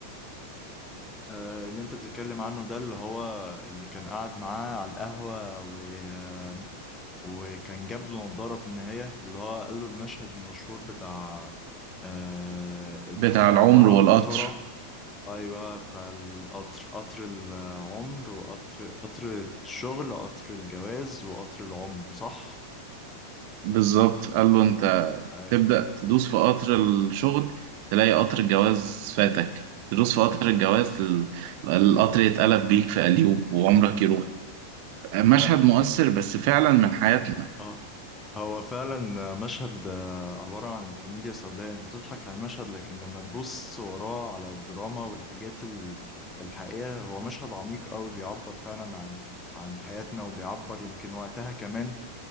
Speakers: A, on the left; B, on the right.
A: آه، اللي انت بتتكلم عنه ده اللي هو اللي كان قاعد معاه على القهوة و... آه، وكان جاب له نضارة في النهاية اللي هو قال له المشهد المشهور بتاع آه، الحياة
B: بتاع العمر
A: عبارة
B: والقطر
A: عن قطورة أيوة بتاع القطر قطر العمر وقطر قطر الشغل وقطر الجواز وقطر العمر صح؟
B: بالظبط قال له انت
A: أيوة
B: تبدأ تدوس في قطر الشغل تلاقي قطر الجواز فاتك تدوس في قطر الجواز ال- القطر يتقلب بيك في قليوب وعمرك يروح مشهد
A: <laughs>
B: مؤثر بس فعلا من حياتنا
A: اه هو فعلا مشهد آه، عبارة عن كوميديا سوداء انت تضحك على المشهد لكن لما تبص وراه على الدراما والحاجات ال- الحقيقة هو مشهد عميق قوي بيعبر فعلا عن عن حياتنا وبيعبر يمكن وقتها كمان